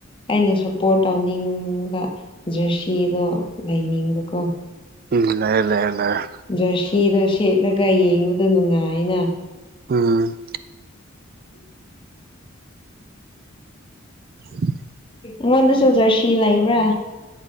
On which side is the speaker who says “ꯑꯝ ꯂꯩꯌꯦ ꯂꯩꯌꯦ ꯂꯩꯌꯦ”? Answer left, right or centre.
Right